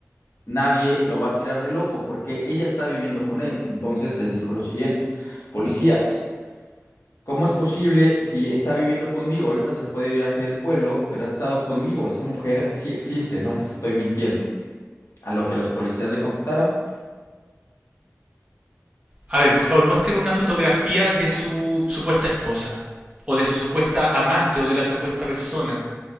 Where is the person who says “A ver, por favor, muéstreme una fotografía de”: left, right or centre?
Right